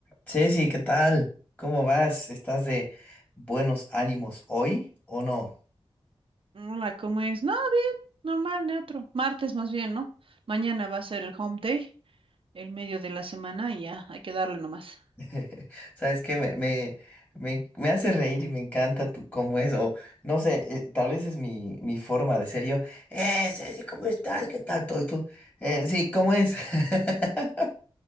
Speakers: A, on the left; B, on the right.
A: Ceci, ¿qué tal? ¿Cómo vas? ¿Estás de buenos ánimos hoy o no?
B: Hola, ¿cómo es? No, normal, neutro. Martes más bien, ¿no? Mañana va a ser el home day, el medio de la semana y ya, hay que darle nomás.
A: <laughs> ¿Sabes que Me, me, me, me hace reír y me encanta tu cómo es, o no sé, eh, tal vez es mi, mi forma de ser yo. Eh, Ceci, ¿cómo estás? ¿Qué tal todo? ¿Y tú? "Eh, sí, ¿cómo es? <laughs>